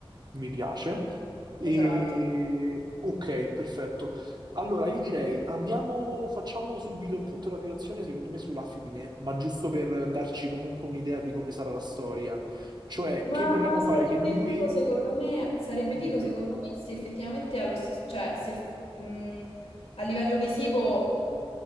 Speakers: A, on the right (about 45°); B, on the left (about 80°).
A: Mi piace. E...
B: Esatto.
A: Ok, perfetto. Allora, io direi andiamo, facciamo subito il punto della situazione, secondo me sulla fine, ma giusto per darci comunque un'idea di come sarà la storia. Cioè,
B: Ma
A: che vogliamo fare?
B: sarebbe
A: Che lui...
B: figo secondo me, sarebbe figo
A: Dimmi.
B: secondo me se effettivamente allo stesso, cioè se mh, a livello visivo,